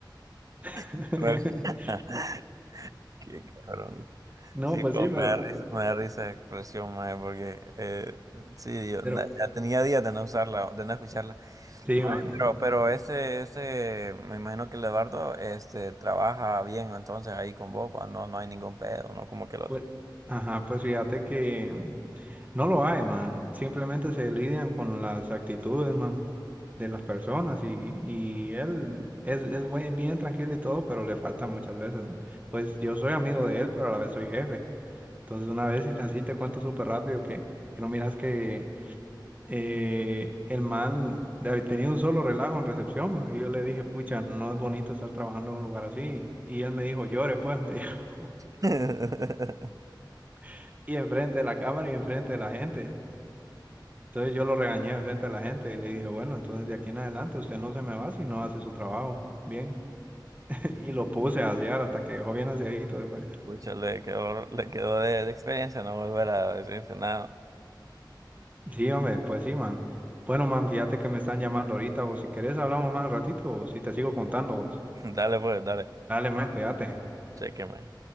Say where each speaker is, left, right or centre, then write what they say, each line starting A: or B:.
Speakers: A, on the right; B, on the right.
A: <laughs>
B: <laughs> Qué cabrón.
A: No,
B: Sí,
A: pues
B: como
A: sí, pero,
B: me da risa, me da risa la expresión, mae, porque eh, sí, yo
A: pero,
B: na- ya tenía días de no usarla, de no escucharla.
A: sí,
B: Mae,
A: man.
B: pero, pero ese, ese, me imagino que el Eduardo este, trabaja bien entonces ahí con vos, pa, no, no hay ningún pedo, no como que el otro.
A: Pues, ajá, pues fíjate que no lo hay, man. Simplemente se lidian con las actitudes, man, de las personas y, y él es, es buen- bien tranquilo y todo, pero le falta muchas veces, man. Pues yo soy amigo de él, pero a la vez soy jefe. Entonces, una vez, así te cuento súper rápido que, que no miras que eh, el man había tenido un solo relajo en recepción. ma, Y yo le dije, pucha, no es bonito estar trabajando en un lugar así. Y él me dijo, llore pues, me dijo.
B: <laughs>
A: <laughs> Y enfrente de la cámara y enfrente de la gente. Entonces yo lo regañé enfrente de la gente y le dije, bueno, entonces de aquí en adelante usted no se me va si no hace su trabajo. Bien. <laughs> Y lo puse a asear hasta que dejó bien aseadito después.
B: Pucha, le quedó, le quedó de, de experiencia no volver a decirse nada.
A: Sí, hombre, pues sí, man. Bueno, man, fíjate que me están llamando ahorita, o si querés hablamos más al ratito, o si te sigo contando.
B: <laughs> Dale pues, dale,
A: Dale, man, cuídate.
B: cheque, mae.